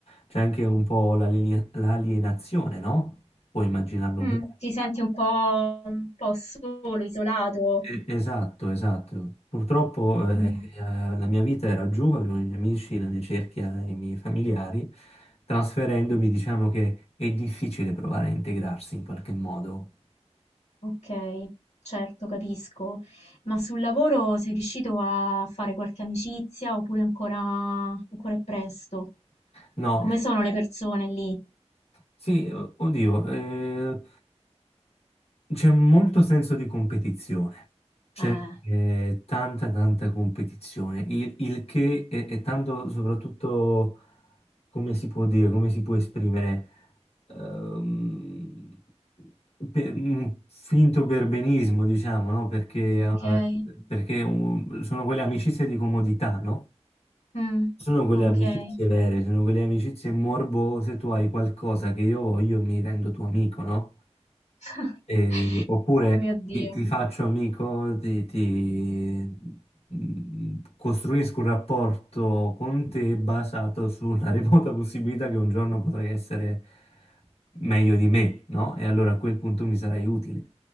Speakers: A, on the left; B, on the left.
A: c'è anche un po' l'aliena- l'alienazione, no? Puoi immaginarlo bene.
B: Mm, Ti senti un po', un po' solo, isolato,
A: Eh, Esatto, esatto. Purtroppo eh,
B: Mh,
A: eh, la mia vita era giù, avevo i miei amici, la mia cerchia, i miei familiari. Trasferendomi, diciamo che è difficile provare a integrarsi in qualche modo.
B: okay, certo, capisco. Ma sul lavoro sei riuscito a fare qualche amicizia oppure ancora ancora è presto?
A: No,
B: Come sono le persone lì?
A: sì, o- oddio, eh, c'è molto senso di competizione. C'è
B: Eh,
A: eh, tanta, tanta competizione, il, il che è, è tanto soprattutto. come si può dire, come si può esprimere, ehm, per- un finto perbenismo, diciamo, no? Perché,
B: okay.
A: eh, perché um, sono quelle amicizie di comodità, no?
B: Mh,
A: Sono quelle
B: okay.
A: amicizie vere, sono quelle amicizie morbose, tu hai qualcosa che io voglio e mi rendo tuo amico, no?
B: <laughs>
A: Eh, oppure
B: Oh mio Dio.
A: mi- ti faccio amico, ti, ti- mm, costruisco un rapporto con te basato sulla <laughs> remota possibilità che un giorno potrai essere meglio di me, no? E allora a quel punto mi sarai utile.